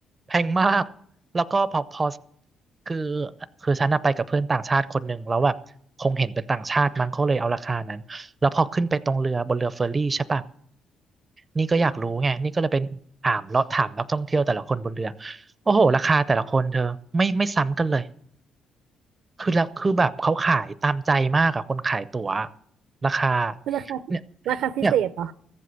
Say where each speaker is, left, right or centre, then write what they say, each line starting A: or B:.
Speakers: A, on the right; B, on the right.
A: แพงมากแล้วก็พอพอคือคือฉันอะไปกับเพื่อนต่างชาติคนหนึ่งแล้วแบบคงเห็นเป็นต่างชาติมั้งเขาเลยเอาราคานั้นแล้วพอขึ้นไปตรงเรือบนเรือเฟอร์รี่ใช่ปะนี่ก็อยากรู้ไงนี่ก็เลยเป็นถามเลาะถามนักท่องเที่ยวแต่ละคนบนเรือโอ้โหราคาแต่ละคนเธอไม่ไม่ซ้ำกันเลยคือแล้วคือแบบเขาขายตามใจมากอะคนขายตั๋วราคา
B: คือราคา
A: เนี่ย
B: ราคาพิเศษเหรอ
A: เนี่ย